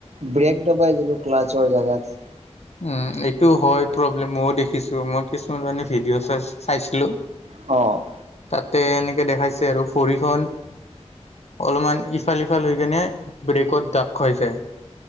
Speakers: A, on the right; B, on the left.
A: ব্ৰেক ডবাই দিলোঁ ক্লাছৰ জেগাত
B: উ এইটো হয় প্ৰব্লেম ময়ও দেখিছো, মই কিছুমান মানে ভিডিঅ' চাই চাইছিলো
A: অ',
B: তাতে, এনেকে দেখাইছে আৰু ভৰিখন অলপমান ইফালফ সফাল হৈ কেনে ব্ৰেকত দাপ খাই যায়